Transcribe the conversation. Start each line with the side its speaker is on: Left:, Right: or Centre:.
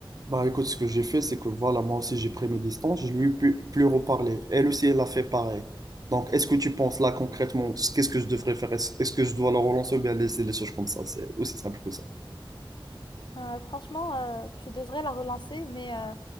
Right: Bah écoute, ce que j'ai fait, c'est que voilà, moi aussi j'ai pris mes distances, je lui ai pu- plus reparler. Elle aussi, elle a fait pareil. Donc, est-ce que tu penses là concrètement, qu'est-ce que je devrais faire? Est-ce est-ce que je dois la relancer ou bien laisser les choses comme ça? C'est aussi simple que ça.
Left: Euh, franchement, euh, tu devrais la relancer, mais euh,